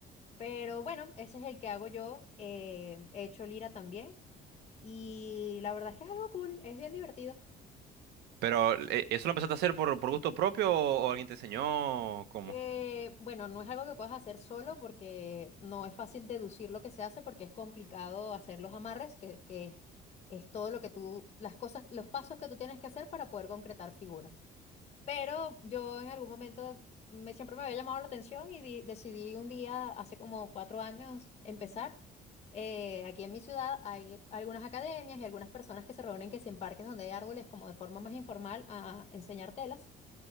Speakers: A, on the left; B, on the right.
A: Pero bueno, ese es el que hago yo. em, he hecho Lira también. Y la verdad es que es algo cool, es bien divertido.
B: Pero, eh, ¿eso lo empezaste a hacer por, por gusto propio o, o alguien te enseñó? o ¿Cómo?
A: Eh, bueno, no es algo que puedas hacer solo porque no es fácil deducir lo que se hace porque es complicado hacer los amarres, que, que es todo lo que tú, las cosas, los pasos que tú tienes que hacer para poder concretar figuras. Pero yo en algún momento me, siempre me había llamado la atención y di- decidí un día, hace como cuatro años, empezar. Eh, aquí en mi ciudad hay algunas academias y algunas personas que se reúnen que si en parques donde hay árboles, como de forma más informal, a enseñar telas.